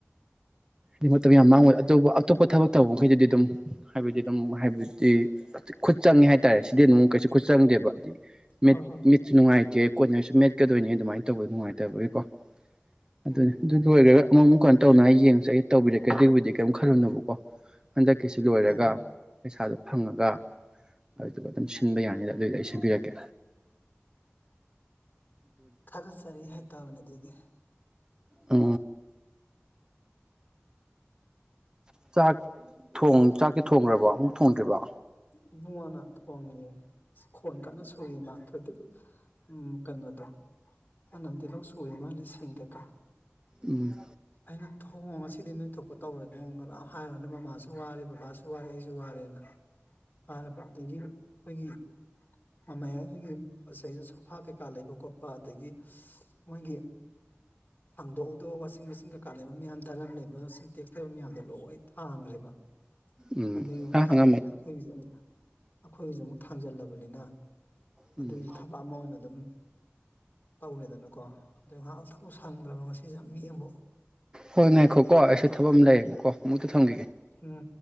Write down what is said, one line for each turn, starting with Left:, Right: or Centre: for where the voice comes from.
Right: ꯑꯗꯨ ꯃꯇꯝ ꯌꯥꯝ ꯃꯥꯡꯉꯣꯏ ꯑꯇꯣꯞ ꯑꯇꯣꯞꯄ ꯊꯕꯛ ꯇꯧꯕ ꯃꯈꯩꯗꯤ ꯑꯗꯨꯝ ꯍꯥꯏꯕꯗꯤ ꯑꯗꯨꯝ ꯍꯥꯏꯕꯗꯤ ꯈꯨꯠ ꯆꯪꯉꯦ ꯍꯥꯏꯇꯥꯔꯦ ꯁꯤꯗꯤ ꯑꯗꯨꯝ ꯀꯩꯁꯨ ꯈꯨꯠ ꯆꯪꯗꯦꯕ ꯍꯥꯏꯗꯤ ꯃꯤꯠ
Left: ꯍꯣꯏ ꯍꯣꯏ ꯍꯣꯏ
Right: ꯃꯤꯠꯁꯨ ꯅꯨꯡꯉꯥꯏꯇꯦ ꯀꯣꯏꯅꯔꯁꯨ ꯃꯦꯠꯀꯗꯣꯏꯅꯤ ꯑꯗꯨꯃꯥꯏꯅ ꯇꯧꯕꯗ ꯅꯨꯡꯉꯥꯏꯇꯕꯒꯤꯀꯣ ꯑꯗꯨꯅꯦ
Left: ꯎꯝ
Right: ꯑꯗꯨ ꯑꯣꯏꯒꯒ ꯑꯃꯨꯛ ꯀꯩꯅꯣ ꯇꯧꯅ ꯌꯦꯡꯁꯒꯦ ꯇꯧꯕꯤꯔꯛꯀꯦ ꯑꯗꯨꯒꯤꯕꯨꯗꯤ ꯀꯩꯝ ꯈꯜꯂꯨꯅꯨꯕꯀꯣ ꯍꯟꯗꯛꯀꯤꯁꯤ ꯂꯣꯏꯔꯒ
Left: ꯍꯣꯏ ꯍꯣꯏ
Right: ꯄꯩꯁꯥꯗꯨꯣ ꯐꯪꯉꯒ ꯑꯗꯨꯒ ꯑꯗꯨꯝ ꯁꯤꯟꯕ ꯌꯥꯅꯤꯗ ꯑꯗꯨꯏꯗ ꯑꯩ ꯁꯤ ꯁꯦꯝꯕꯤꯔꯛꯀꯦ
Left: ꯊꯥꯒꯠꯆꯔꯤ ꯍꯥꯏꯇꯥꯕꯅꯦ ꯑꯗꯨꯗꯤ
Right: ꯑ ꯆꯥꯛ ꯊꯣꯡ ꯆꯥꯛꯀꯤ ꯊꯣꯡꯈ꯭ꯔꯕꯣ ꯑꯃꯨꯛ ꯊꯣꯡꯗ꯭ꯔꯤꯕ
Left: ꯨꯡꯉꯅꯥ ꯊꯄꯣꯡꯡꯂꯦ ꯈꯣꯟ ꯀꯟꯅ ꯁꯨꯔꯤ ꯃꯥ ꯣꯏ ꯎ ꯀꯩꯅꯣꯗꯣ ꯆꯅꯝꯗꯤꯤ ꯂꯧ ꯁꯨꯔꯦ ꯃꯥꯅ ꯁꯤꯡꯗꯦꯀꯣ
Right: ꯎꯝ
Left: ꯑꯩꯅ ꯊꯍꯣꯡ ꯉꯁꯤꯗꯤ ꯅꯣꯏ ꯊꯣꯛꯄ ꯇꯧꯔ ꯃꯑꯣꯡꯗ ꯂ ꯍꯥꯏꯔꯨꯔꯅ ꯃꯃꯥꯁꯨ ꯋꯥꯔꯦ ꯕꯕꯥꯁꯨ ꯋꯥꯔꯦ ꯑꯩꯁꯨ ꯋꯥꯔꯦꯅ ꯍꯥꯏꯔꯕ ꯑꯗꯒꯤ ꯑꯩꯈꯣꯏꯒꯤ ꯃꯃ ꯑꯩꯈꯣꯏꯒꯤ ꯉꯁ ꯁꯣꯐꯥ ꯀꯩꯀꯥ ꯂꯩꯕ ꯈꯣꯠꯄ ꯑꯗꯒꯤ ꯃꯣꯏꯒꯤ ꯍꯥꯡꯗꯣꯛꯎꯗꯣꯛ ꯋꯥꯁꯤꯡ ꯃꯦꯆꯤꯟ ꯀꯩꯀꯥ ꯂꯩꯕ ꯃꯌꯥꯝ ꯗꯔꯝ ꯂꯩꯕ ꯁꯤꯟꯇꯦꯛꯁ ꯂꯩꯕ ꯃꯌꯥꯝꯗꯣ ꯂꯣꯏ ꯊꯥꯡꯈ꯭ꯔꯦꯕ
Right: ꯎꯝ
Left: ꯑꯗꯨꯒꯤ ꯑꯃꯨꯛ
Right: ꯑ
Left: ꯊꯥꯡꯈ꯭ꯔꯕꯅꯤꯅ
Right: ꯍꯪꯉꯝꯃꯅꯤ
Left: ꯑꯩꯈꯣꯏꯒꯤꯁꯨꯦ ꯑꯃꯨꯛ ꯑꯩꯈꯣꯏꯒꯤꯁꯨ ꯑꯃꯨꯛ ꯊꯥꯡꯖꯜꯂꯕꯅꯤꯅ
Right: ꯎꯝ
Left: ꯑꯗꯨꯒꯤꯁꯨ ꯊꯕꯛ ꯑꯃ ꯑꯣꯏꯅ ꯑꯗꯨꯝ ꯇꯧꯔꯦꯗꯅꯀꯣ ꯅꯍꯥꯛ ꯑꯇꯄ ꯁꯪꯗ꯭ꯔꯕ ꯉꯁꯤꯁꯦ ꯃꯤ ꯑꯃꯨꯛ
Right: ꯍꯣꯏ ꯉꯥꯏꯈꯣ ꯀꯣ
Left: ꯑꯗꯨ
Right: ꯑꯩꯁꯨ
Left: ꯇꯧꯔꯁꯦ
Right: ꯊꯕꯛ ꯑꯃ ꯂꯩꯌꯦꯕꯀꯣ ꯃꯨꯛꯇ ꯊꯝꯈꯤꯒꯦ
Left: ꯎꯝ